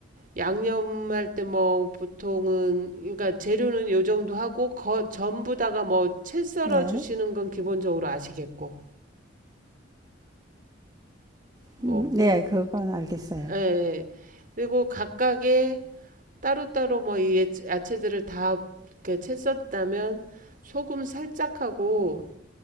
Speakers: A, on the right; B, on the right.
A: 양념할 때 뭐 보통은 그러니까 재료는 요 정도 하고 거, 전부 다가 뭐 채 썰어
B: 네,
A: 주시는 건 기본적으로 아시겠고 뭐
B: 음,
A: 궁금
B: 네, 그건 알겠어요.
A: 예, 예. 그리고 각각의 따로따로 뭐 이 야채들을 다 이렇게 채 썼다면 소금 살짝 하고